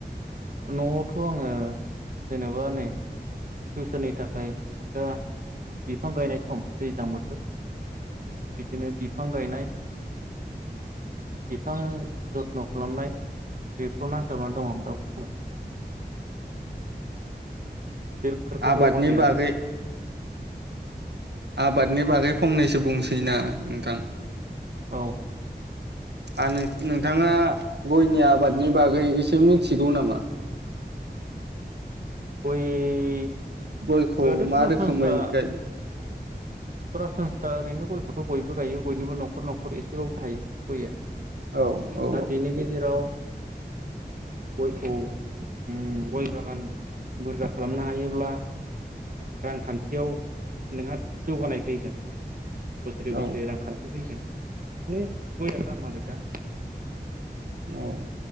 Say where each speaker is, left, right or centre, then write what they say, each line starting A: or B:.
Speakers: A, on the right; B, on the right.
A: न'आवथ' आङो जेनेबा नै फिउसारनि थाखाय दा बिफां गायनाय सम दैज्लां बोथोर। बिदिनो बिफां गायनाय बिफां जथ्न' खालामनाय बेफ्राव नांथाबनानै दं आं दाव <unintelligible> बेफोरखौथ'
B: आबादनि
A: हगारजाया
B: बागै
A: दा
B: आबादनि बागै फंनैसो बुंसै ना नोंथां
A: औ।
B: आरो नों नोंथाङा गयनि आबादनि बागै एसे मिथिगौ नामा?
A: गय
B: गयखौ
A: गयाथ'
B: मा
A: सरासनस्रा
B: रोखोमै गाय
A: सरासनस्रा ओरैनो गयखौथ' बयबो गायो बयनिबो न'खर न'खर एसेबाबबो थायो गया।
B: औ औ
A: दा बेनि गेजेराव गयखौ उम गय बागान बुरजा खालामनो हायोब्ला रांखान्थियाव नोंहा जौगानाय फैगोन। बोसोरै
B: औ
A: बोसोरै रांखान्थि फैगोन। बे गयआ दाम आरो दा
B: औ।